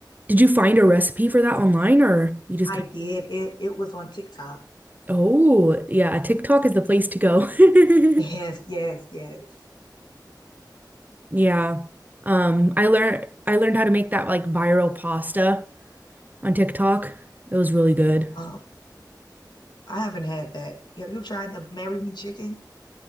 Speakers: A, on the right; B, on the left.
A: Did you find a recipe for that online or you just
B: I
A: kind
B: did it. It was on TikTok. <laughs>
A: of, oh, yeah, TikTok is the place to go. <laughs>
B: Yes, yes, yes.
A: Yeah. Um, I learned I learned how to make that like viral pasta on TikTok. It was really good.
B: Oh, I haven't had that. Have you tried the Marry Me Chicken?